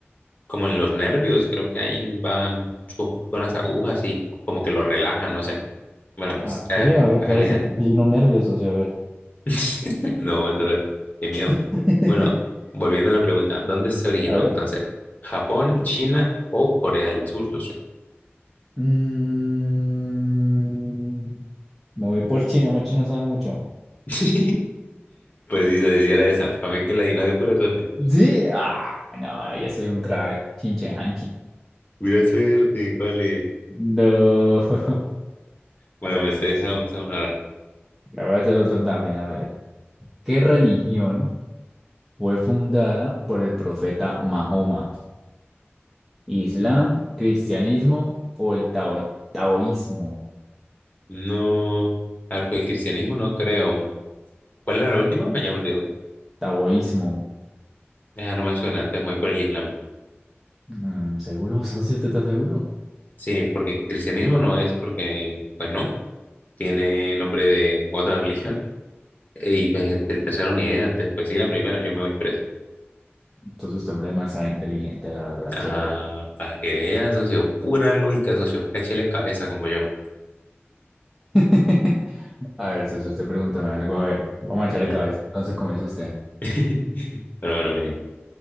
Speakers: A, on the left; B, in the centre.
A: como en los nervios, creo que ahí van sus- unas agujas y como que lo relajan, no sé. Bueno, pues
B: Ah. ¿En
A: esa
B: serio?
A: es
B: A ver,
A: esa
B: claro,
A: es la
B: es
A: idea.
B: un nervioso, nervios, socio, a ver.
A: <laughs> No, voy a tener, qué miedo.
B: <laughs>
A: Bueno, volviendo a la pregunta, ¿dónde se originó
B: A ver.
A: entonces? ¿Japón, China o Corea del Sur, socio?
B: Mm, me voy por China, los chinos saben mucho.
A: <laughs> Pues sí, se decía era esa, para mí que la di, no de pura suerte.
B: Sí. Ah, no, yo soy un crack. Chinche Hanchi.
A: Pura suerte, ¿cuál es?
B: No. <laughs>
A: Bueno,
B: A ver,
A: entonces
B: socio.
A: hagamos esa una hora.
B: La voy a hacer otra también. A ver. ¿Qué religión fue fundada por el profeta Mahoma? Islam, cristianismo o el tao- taoísmo.
A: No, ah, pues el cristianismo no creo. ¿Cuál era la última? Ya me olvidó.
B: Taoísmo.
A: Ah, no me suena, antes me voy por el islam.
B: Mm, ¿seguro, socio? ¿Usted está seguro?
A: Sí, porque cristianismo no es porque, pues no, tiene nombre de otra religión. Y pues el, el tercero ni idea, antes pues sí, la primera yo me voy presa.
B: Entonces usted es hombre demasiado inteligente, la verdad,
A: Ah,
B: si era él.
A: para que veas, socio, pura lógica, socio, cáchele cabeza como yo.
B: <laughs> A ver, socio, usted pregúntame algo, a ver. Vamos a echarle
A: Mm.
B: cabeza. Entonces comienza usted.
A: <laughs> Pero bueno, mire,